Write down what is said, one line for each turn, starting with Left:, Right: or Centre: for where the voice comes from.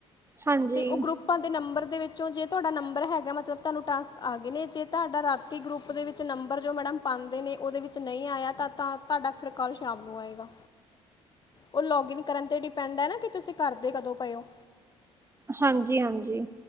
Right: ਹਾਂਜੀ
Left: ਤੇ ਉਹ ਗਰੁੱਪਾਂ ਦੇ ਨੰਬਰ ਚੋਂ ਜੇ ਤੁਹਾਡਾ ਨੰਬਰ ਹੈਗਾ ਮਤਲਬ ਤੁਹਾਨੂੰ ਟਾਸਕ ਆ ਗਏ ਨੇ ਜੇ ਤੁਹਾਡਾ ਰਾਤੀ ਗਰੁੱਪ ਦੇ ਵਿੱਚ ਨੰਬਰ ਜੋ ਮੈਡਮ ਪਾਂਦੇ ਨੇ ਉਹਦੇ ਵਿੱਚ ਨਹੀਂ ਆਇਆ ਤਾਂ ਤਾਂ ਤੁਹਾਡਾ ਫਿਰ ਕਲ ਸ਼ਾਮ ਨੂੰ ਆਏਗਾ ਉਹ ਲੌਗਇਨ ਕਰਨ ਤੇ ਡਿਪੈਂਡ ਹੈ ਨਾ ਕਿ ਤੁਸੀਂ ਕਰਦੇ ਕਦੋਂ ਪਏ ਓ?
Right: ਹਾਂਜੀ ਹਾਂਜੀ।